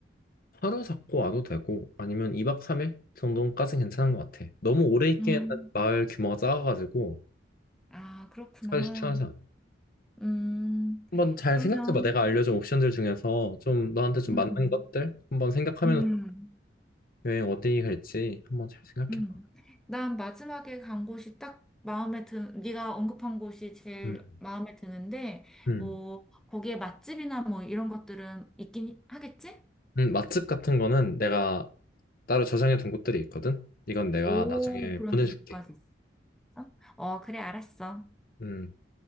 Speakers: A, on the left; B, in the centre.
A: 하루 잡고 와도 되고, 아니면 2박 3일 정도까지 는 괜찮은 것 같아. 너무 오래 있기에는
B: 음.
A: 마을 규모가 작아가지고,
B: 아, 그렇구나.
A: 까지 추천하지 않아.
B: 음,
A: 한번 잘
B: 그러면,
A: 생각해봐. 내가 알려준 옵션들 중에서 좀 너한테 좀
B: 음,
A: 맞는 것들 한번 생각하면서
B: 음,
A: 여행 어디 갈지 한번 잘 생각해봐.
B: 음. 난 마지막에 간 곳이 딱 마음에 드, 네가 언급한 곳이 제일
A: 음,
B: 마음에 드는데,
A: 음.
B: 뭐, 거기에 맛집이나 뭐 이런 것들은 있긴 하겠지?
A: 음, 맛집 같은 거는 내가 따로 저장해 둔 곳들이 있거든. 이건 내가
B: 오,
A: 음. 나중에
B: 그런
A: 보내줄게.
B: 정보까지 있어? 어, 그래, 알았어.
A: 음,